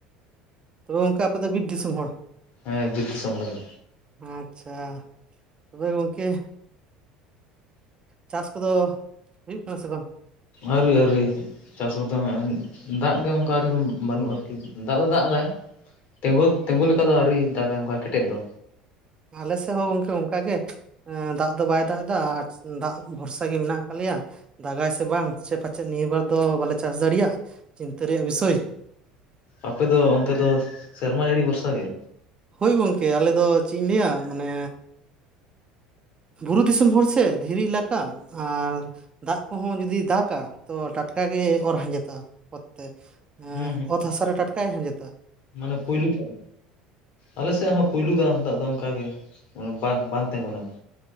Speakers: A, on the right; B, on the left.
A: ᱛᱚᱵᱮ ᱜᱚᱝᱠᱮ ᱟᱯᱮ ᱫᱚ ᱵᱤᱨ ᱫᱤᱥᱚᱢ ᱦᱚᱲ
B: ᱦᱮᱸ ᱵᱤᱨ ᱫᱤᱥᱚᱢ ᱟᱞᱮ ᱫᱚ᱾
A: ᱟᱪᱪᱷᱟ ᱛᱚᱵᱮ ᱜᱚᱝᱠᱮ ᱪᱟᱥ ᱠᱚ ᱫᱚ ᱦᱩᱭᱩᱜ ᱠᱟᱱᱟ ᱥᱮ ᱵᱟᱝ?
B: ᱟᱣᱨᱤ ᱟᱣᱨᱤ ᱪᱟᱥ ᱠᱚ ᱫᱚ ᱦᱟᱸᱜ ᱫᱟᱜ ᱜᱮ ᱚᱱᱠᱟ ᱟᱨᱤ ᱵᱚᱱ ᱵᱟᱹᱱᱩᱜᱼᱟ ᱟᱨᱠᱤ ᱫᱟᱜ ᱫᱚ ᱫᱟᱜ ᱮᱫᱟᱭ ᱛᱮᱸᱜᱳ ᱛᱮᱸᱜᱳ ᱞᱮᱠᱟ ᱫᱚ ᱟᱹᱣᱨᱤᱭ ᱫᱟᱜᱟᱭ ᱚᱝᱠᱟ ᱠᱮᱴᱮᱡ ᱫᱚ᱾
A: ᱟᱞᱮ ᱥᱮᱜ ᱦᱚᱸ ᱜᱚᱝᱠᱮ ᱚᱝᱠᱟ ᱜᱮ᱾ ᱮᱸ ᱫᱟᱜ ᱫᱚ ᱵᱟᱭ ᱫᱟᱜ ᱮᱫᱟ ᱟᱨ ᱫᱟᱜ ᱵᱷᱚᱨᱥᱟ ᱜᱮ ᱢᱮᱱᱟᱜ ᱠᱟᱜ ᱞᱮᱭᱟ᱾ ᱫᱟᱜᱟᱭ ᱥᱮ ᱵᱟᱝ ᱥᱮ ᱯᱟᱪᱮᱜ ᱱᱤᱭᱟᱹ ᱵᱟᱨ ᱫᱚ ᱵᱟᱞᱮ ᱪᱟᱥ ᱫᱟᱲᱤᱭᱟᱜ ᱪᱤᱱᱛᱟᱹ ᱨᱮᱭᱟᱜ ᱵᱤᱥᱚᱭ᱾
B: ᱟᱯᱮᱫᱚ ᱚᱱᱛᱮ ᱫᱚ ᱥᱮᱨᱢᱟ ᱡᱟᱹᱲᱤ ᱵᱷᱚᱨᱥᱟ ᱜᱮ?
A: ᱦᱩᱭ ᱜᱚᱝᱠᱮ ᱟᱞᱮ ᱫᱚ ᱪᱮᱜ ᱤᱧ ᱞᱟᱹᱭᱟ ᱢᱟᱱᱮ ᱵᱩᱨᱩ ᱫᱤᱥᱚᱢ ᱦᱚᱲ ᱥᱮ ᱫᱷᱤᱨᱤ ᱮᱞᱟᱠᱟ ᱟᱨ ᱫᱟᱜ ᱠᱚᱦᱚᱸ ᱡᱩᱫᱤᱭ ᱫᱟᱜᱟ ᱛᱚ ᱴᱟᱴᱠᱟᱜᱮ ᱚᱨ ᱦᱟᱸᱡᱮᱫᱚᱜ ᱟ ᱛᱮ
B: ᱦᱩᱸ ᱦᱩᱸ
A: ᱚᱛ ᱦᱟᱥᱟᱨᱮ ᱴᱟᱴᱠᱟᱭ ᱦᱟᱸᱡᱮᱫᱟ᱾
B: ᱢᱟᱱᱮ ᱯᱩᱭᱞᱩ ᱴᱟᱜ ᱟᱞᱮᱥᱮᱜ ᱦᱚᱸ ᱯᱩᱭᱞᱩ ᱫᱟᱜ ᱦᱚ ᱫᱟᱜ ᱫᱚ ᱚᱝᱠᱟ ᱜᱮ ᱵᱟᱝ ᱵᱟᱝ ᱛᱮᱜᱩᱱᱟ᱾